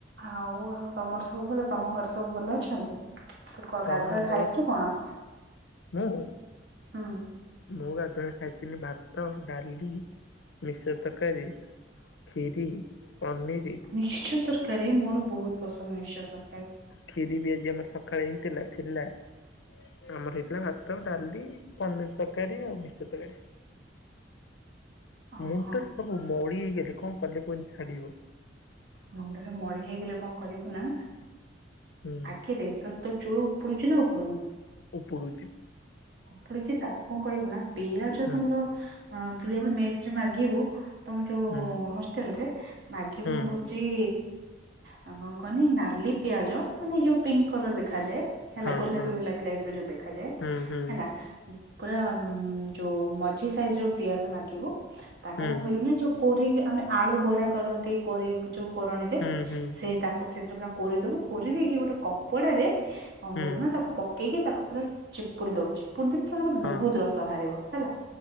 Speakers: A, on the right (about 60°); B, on the left (about 70°).
A: ଆଉ ଆଉ ତମର ସବୁ ଭଲ? ତମ ଘରେ ସବୁ ଭଲ ଅଛନ୍ତି? ତୁ କହ
B: ହଁ
A: ଗାଧୁଆବେଳେ
B: ଆମର
A: ଖାଇଥିଲୁ କଣ?
B: ମୁଁ
A: ହୁଁ।
B: ମୁଁ ଗାଧୁଆବେଳେ ଖାଇଥିନି ଭାତ, ଡାଲି, ମିକଶ୍ଚର ତରକାରୀ। ଖିରି, ପନିରି।
A: ମିକ୍ସଚର ତରକାରୀ, ମୋର ବହୁତ ପସନ୍ଦ ମିକ୍ସଚର ତରକାରୀ।
B: ଖିରି ବି ଆଜି ଆମର ସକାଳେ ହେଇଥିଲା ଥିଲା। ଆମର ହେଇଥିଲା ଭାତ, ଡାଲି, ପନିରି ତରକାରୀ, ଆଉ ମିକଶ୍ଚର ତରକାରୀ।
A: ଓହୋ
B: ମୁଣ୍ଡଟାରେ ସବୁ ମଳି ହେଇଗଲେ କଣ କଲେ କୁହନି ଛାଡିବ?
A: ମୁଣ୍ଡରେ ମଳି ହେଇଗଲେ କଣ କରିବୁ ନା
B: ହୁଁ
A: ଆଖି ଦେଇ ତୋର ତ ଚୁଳୁ ଉପଡ଼ୁଛି ନା ଉପଡ଼ୁନି?
B: ଉପୁଡ଼ୁଛି।
A: ଉପୁଡ଼ୁଛି ତାକୁ କଣ କରିବୁ ନା ପିଆଜ
B: ହୁଁ
A: ତମର ପିଆଜ ମେସ୍ ରେ ମାଗିବୁ। ତମର ଯୋଉ
B: ହୁଁ
A: ହଷ୍ଟେଲରେ ମାଗିବୁ
B: ହୁଁ
A: ସେଇ କଣ କହନି ନାଲି ପିଆଜ ମାନେ ଯୋଉ ପିଙ୍କ କଲର ଦେଖାଯାଏ। ହେଲା
B: ହଁ
A: ଗୋଲାପୀ
B: ହଁ
A: ଗୋଲାପୀ ଟାଇପର ଯୋଉ ଦେଖାଯାଏ।
B: ହୁଁ ହୁଁ
A: ହେଲା ପୁରା ଯୋଉ ମଝି ସାଇଜର ପିଆଜ ମାଗିବୁ। ତାକୁ
B: ହୁଁ
A: କଣ କରିବୁ ନା ଯୋଉ କୋରେଇକି ଆମେ ଆଳୁ ବରା କରନ୍ତି, କୋରେଇ ଯୋଉ କୋରୋଣୀରେ
B: ହୁଁ ହୁଁ
A: ସେ ତାକୁ ସେଥିରେ ପୁରା କୋରେଇଦବୁ। କୋରେଇ ଦେଇକି ଗୋଟେ କପଡାରେ କଣ କରିବୁ
B: ହୁଁ
A: ନା ତାକୁ ପକେଇକି ତାକୁ ପୁରା ଚିପୁଡ଼ି ଦବୁ। ଚିପୁଡି ଦେଲେ ତା ଦେହରେ
B: ହଁ
A: ବହୁତ ରସ ବାହାରିବ ହେଲା।